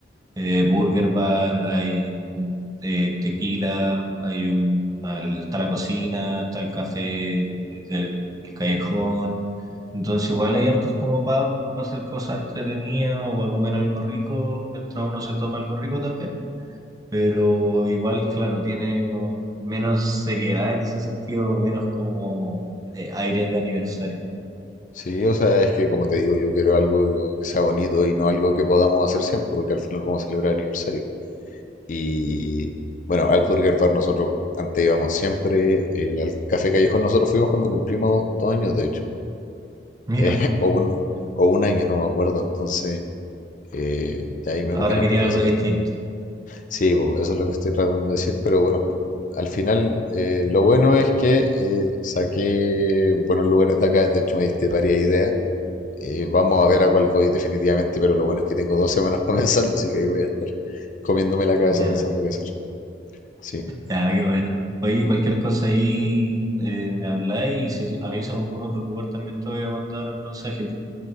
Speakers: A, on the right; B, on the left.
A: eh, Burger Bar, hay un, eh, tequila, hay un, está la cocina, está el café eh, del el callejón. Entonces igual hay hartos como para hacer cosas entretenidas o para comer algo rico, mientras uno se toma algo rico también. Pero igual, claro, tiene como menos seriedad en ese sentido, menos como eh, aires de aniversario.
B: Sí, o sea, es que como te digo, yo quiero algo que sea bonito y no algo que podamos hacer siempre, porque al final vamos a celebrar aniversario. Y bueno, al Burger Bar nosotros antes íbamos siempre, eh, al Café Callejón nosotros fuimos cuando cumplimos dos años, de hecho,
A: Mira,
B: eh, <laughs> o un, o un año, no me acuerdo, entonces eh, de ahí me
A: ahora
B: comieran
A: quería
B: porque
A: algo
B: eso
A: distinto.
B: que... Sí, po, eso es lo que estoy tratando de decir, pero bueno, al final eh, lo bueno es que eh, saqué buenos lugares de acá, de hecho me diste varias ideas. Eh, vamos a ver a cuál voy definitivamente, pero lo bueno es que tengo dos semanas <laughs> para pensarlo, así que ahí voy a estar comiéndome la cabeza
A: Ya.
B: pensando qué hacer. Sí,
A: Ya, qué bueno. Oye, cualquier cosa ahí eh, me habláis y si a mí se me ocurre otro lugar también te voy a mandar un mensaje.